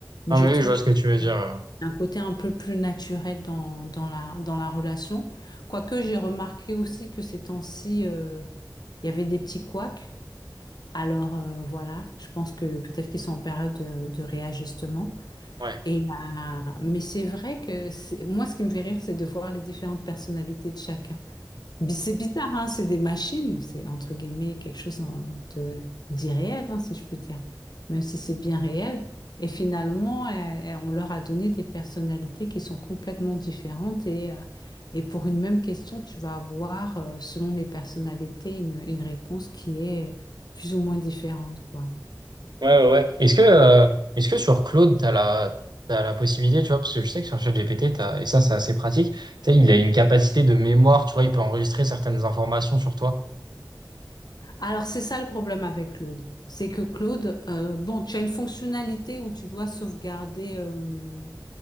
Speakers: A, on the left; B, on the right.
A: mais
B: Non,
A: je
B: mais
A: trouve
B: oui, je vois ce que tu veux dire.
A: voilà,
B: euh,
A: un côté un peu plus naturel dans, dans la, dans la relation. Quoique j'ai remarqué aussi que ces temps-ci, euh, il y avait des petits couacs. Alors euh, voilà, je pense que peut-être qu'ils sont en période de, de réajustement.
B: Ouais.
A: Et, euh, mais c'est vrai que c'est, moi, ce qui me fait rire, c'est de voir les différentes personnalités de chacun. Bi- C'est bizarre, hein, c'est des machines, c'est entre guillemets quelque chose en- de- d'irréel, hein, si je puis dire, même si c'est bien réel. Et finalement, euh, euh, on leur a donné des personnalités qui sont complètement différentes et, euh, et pour une même question, tu vas avoir, euh, selon les personnalités, une, une réponse qui est euh, plus ou moins différente, quoi.
B: Ouais, ouais. ouais. Est-ce que, euh, est-ce que sur Claude, tu as la, t'as la possibilité, tu vois, parce que je sais que sur ChatGPT, t'as, et ça, c'est assez pratique, tu sais, il
A: Ouais.
B: a une capacité de mémoire, tu vois, il peut enregistrer certaines informations sur toi.
A: Alors, c'est ça le problème avec Claude. C'est que Claude, euh, bon, tu as une fonctionnalité où tu dois sauvegarder. euh,